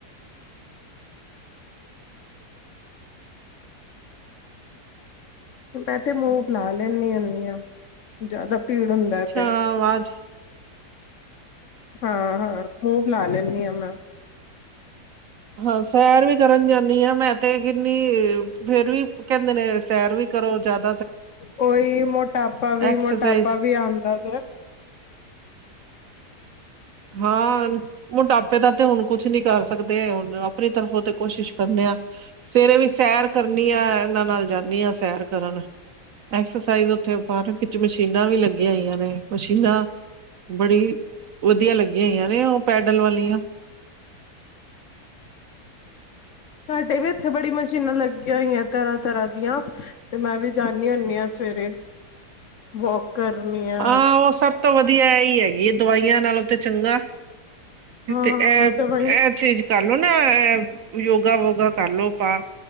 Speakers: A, on the left; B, on the right.
A: ਮੈਂ ਤੇ ਮੂਵ ਲਾ ਲੈਂਣੀ ਹੁੰਣੀ ਹਾਂ ਜ਼ਿਆਦਾ ਭੀੜ ਹੁੰਦਾ
B: ਅੱਛਾ
A: ਤੇ
B: ਆਵਾਜ਼
A: ਹਾਂ-ਹਾਂ ਮੂਵ ਲਾ ਲੈਂਣੀ ਹਾਂ ਮੈਂ
B: ਹਾਂ ਸੈਰ ਵੀ ਕਰਨ ਜਾਂਦੀ ਹਾਂ ਮੈਂ ਤੇ ਕਿੰਨੀ ਫੇਰ ਵੀ ਕਹਿੰਦੇ ਨੇ ਸੈਰ ਵੀ ਕਰੋ ਜਿਆਦਾ
A: ਉਹੀ ਮੋਟਾਪਾ ਵੀ
B: ਐਕਸਰਸਾਈਜ਼
A: ਮੋਟਾਪਾ ਵੀ ਆਂਦਾ ਪਯਾ
B: ਹਾਂ ਮੋਟਾਪੇ ਦਾ ਤੇ ਹੁਣ ਕੁਛ ਨੀ ਕਰ ਸਕਦੇ ਹੁਣ ਆਪਣੀ ਤਰਫੋਂ ਤੇ ਕੋਸ਼ਿਸ਼ ਕਰਨੇ ਆ ਸਵੇਰੇ ਵੀ ਸੈਰ ਕਰਨੀ ਆ ਇਹਨਾਂ ਨਾਲ ਜਾਣੀ ਹਾਂ ਸੈਰ। ਕਰਨ ਐਕਸਰ ਤਾਹੀਂ ਉੱਥੇ ਪਾਰਕ ਚ ਮਸ਼ੀਨਾਂ ਵੀ ਲੱਗ ੀਆਂ ਹੋਇਆਂ ਨੇ ਮਸ਼ੀਨਾਂ ਬੜੀ ਵਧੀਆ ਲੱਗੇ। ਈਆਂ ਨੇ ਉਹ ਪੈਡਲ ਵਾਲੀਆਂ
A: ਸਾਡੇ ਵੀ ਇੱਥੇ ਬੜੀ ਮਸ਼ੀਨਾਂ ਲੱਗੀਆਂ ਹੋਈਆਂ ਤਰ੍ਹਾਂ-ਤਰ੍ਹਾਂ ਦੀਆਂ ਤੇ ਮੈਂ ਵੀ ਜਾਂਣੀ ਹੁੰਣੀ ਹਾਂ ਸਵੇਰੇ ਵੋਕ ਕਰਨੀ ਆ
B: ਆਹ ਉਹ ਸਭ ਤੋਂ ਵਧੀਆ ਇਹੀ ਹੈ। ਇਹ ਦਵਾਈਆਂ ਨਾਲੋ ਤੇ ਚੰਗਾ
A: ਹਾਂ
B: ਤੇ ਇਹ
A: ਦਵਾਈ
B: ਇਹ ਚੀਜ਼ ਕਰਲੋ ਨਾ ਇਹ ਯੋਗਾ ਵੋਗਾ ਕਰਲੋ ਬਾਰ